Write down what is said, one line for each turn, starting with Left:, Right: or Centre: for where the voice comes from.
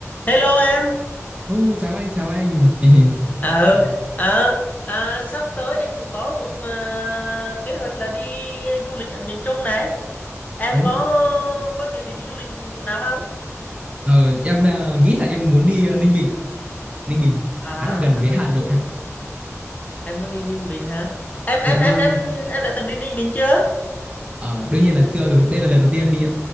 Left: Hello em.
Right: Ô, chào anh, chào anh. <laughs>
Left: Ờ, Ừ. ờ, à, sắp tới anh cũng có một ờ, kế hoạch là đi du lịch ở miền Trung này. Em
Right: Ồ,
Left: có có dự định đi du lịch chỗ nào không?
Right: ờ, em, ờ, nghĩ là em muốn đi, ơ, Ninh Bình á. Ninh Bình
Left: À,
Right: khá là gần với Hà Nội
Left: em
Right: ạ.
Left: muốn đi em muốn đi Ninh Bình hả? Em em
Right: Dạ vâng,
Left: em em em đã từng đi Ninh Bình chưa?
Right: ờ, đương nhiên là chưa rồi. Đây là lần đầu tiên em đi ạ.